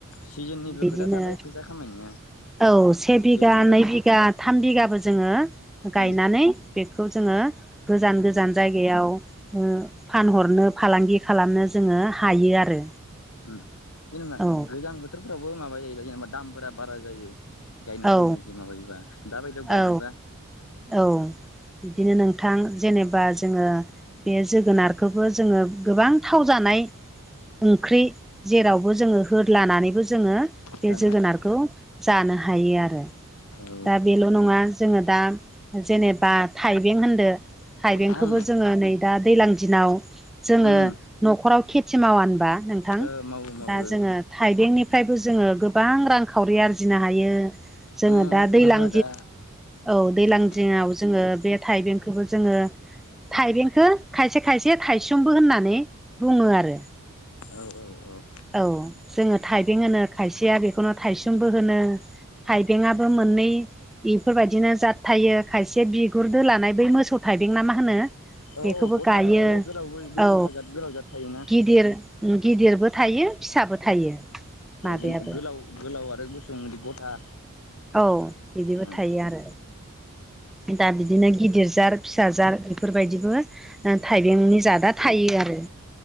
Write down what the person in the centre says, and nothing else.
बिदिनो
औ से बिगा
नै बिघा थाम बिगाबो जोंङो गायनानै
बेखौ जोंङो
गोजान गोजान
जायगायाव फानहरनो फालांगि खालामनो जोंङो हायो आरो
औ
औ
औ औ बिदिनो नोंथां जेनेबा जोंङो बे जोगोनारखौबो जोंङो गोबां थाव जानाय ओंख्रि जेरावबो जोंङो होद लानानैबो जोंङो बे
जोगोनारखौ
जानो हायो आरो
दा बेल' नंङा जोंङो दा जेनेबा थाइबें होनदो थाइबेंखौबो
जोंङो नै दा दैज्लां दिनाव जोंङो
न'खराव खेथि मावा होनबा नोंथां
दा जोंङो थाइबेंनिफ्रायबो जोंङो गोबां रांखावरि आरजिनो हायो जोंङो
दा
दै्लां
औ दैलां
दिङाव जोंङो बे थाइबेंखौबो जोंङो थाइबेंखौ खायसे खायसे थायसेमबो होननानै बुङो आरो
औ जोङो थाइबें होनो खायसेया बेखौनो थायसोमबो होनो थाइबेंआबो मोननै बेफोरबायदिनो जथायो खायसे बिगुर दोलानाय बै मोसौ थाइबें ना मा होनो बेखौबो
गायो
औ
गिदिर गिदिरबो थायो फिसाबो थायो माबायाबो
औ बिदिबो
थायो आरो दा बिदिनो गिदिर जार फिसााजार बेफोरबायदिबो थाइबेंनि जादा थायो आरो